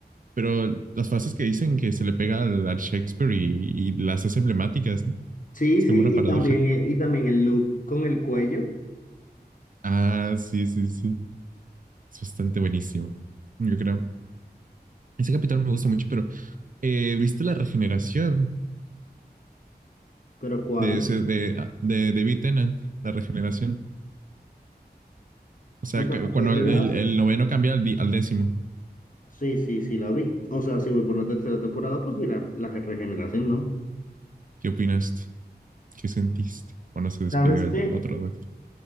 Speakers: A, on the right (about 50°); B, on the left (about 50°).
A: Pero las frases que dicen que se le pega al, al Shakespeare y, y las hace emblemáticas, ¿no?
B: Sí,
A: Es
B: sí,
A: como una
B: y
A: paradoja.
B: también, y también el look con el cuello,
A: Ah, sí, sí, sí. Es bastante buenísimo, yo creo. Ese capítulo me gusta mucho, pero eh, ¿viste la regeneración
B: pero ¿cuál?
A: de ese, de, ah, de David Tennant? La regeneración. O sea,
B: O sea,
A: que
B: lo
A: cuando
B: que es de
A: el,
B: lado.
A: el- el noveno cambia al, di- al décimo,
B: Sí, sí, sí, la vi. O sea, si voy por la tercera temporada, pues vi la, la regeneración, ¿no?
A: ¿qué opinas? ¿Qué sentiste cuando se despidió
B: ¿Sabes qué?
A: el otro doctor?